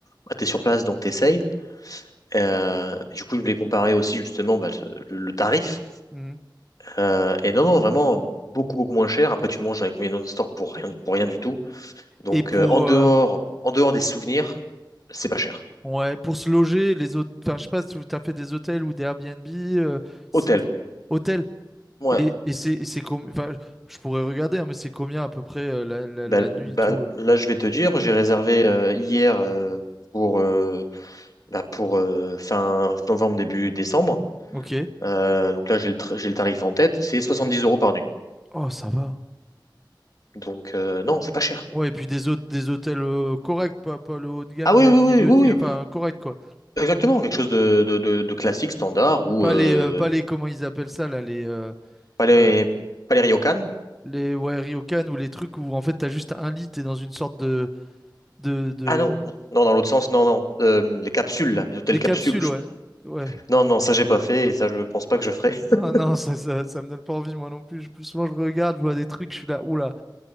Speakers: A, on the left; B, in the centre.
A: bah, t'es sur place donc t'essayes. Euh, du coup, je voulais comparer aussi justement bah, le, le tarif.
B: Mhm.
A: Euh, et non, non, vraiment beaucoup beaucoup moins cher. Après, tu manges avec les non-stop pour rien, pour rien du tout. Donc
B: Et pour
A: euh, en dehors,
B: euh,
A: en dehors des souvenirs, c'est pas cher.
B: Ouais, pour se loger, les autres, enfin, je sais pas si tu as fait des hôtels ou des Airbnb, euh, c'est
A: Hôtel,
B: hôtel.
A: ouais.
B: Et, et c'est et c'est com- enfin, je pourrais regarder, hein, mais c'est combien à peu près euh, la, la,
A: Bah,
B: la nuit
A: bah,
B: et tout. euh.
A: là, je vais te dire, j'ai réservé euh, hier euh, pour euh, bah, pour euh, fin novembre, début décembre.
B: Ok.
A: Euh, donc là, j'ai le, tra- j'ai le tarif en tête, c'est 70 euros par nuit.
B: Oh, ça va.
A: Donc euh, non, c'est pas cher.
B: Ouais, et puis des hôtes- des hôtels euh, corrects, pas, pas le haut de gamme,
A: Ah oui,
B: mais
A: oui,
B: milieu
A: oui, oui,
B: de
A: oui,
B: gamme, enfin correct quoi.
A: exactement, quelque chose de, de, de- de classique, standard, ou
B: Pas
A: euh,
B: les, euh, pas les, comment ils appellent ça là, les, euh,
A: pas les,
B: euh,
A: pas les Ryokan.
B: les ouais, ryokan ou les trucs où en fait t'as juste un lit, t'es dans une sorte de, de, de,
A: Ah non, non, non, dans l'autre sens, non, non, Euh, les capsules, là, les hôtels
B: des
A: capsules.
B: capsules,
A: je-
B: ouais. Ouais.
A: Non, non, ça j'ai pas fait, et ça je pense pas que je ferai. <laughs>
B: Ah non, ça, ça, ça me donne pas envie, moi non plus. Je- Plus souvent, je regarde, je vois des trucs, je suis là, oula.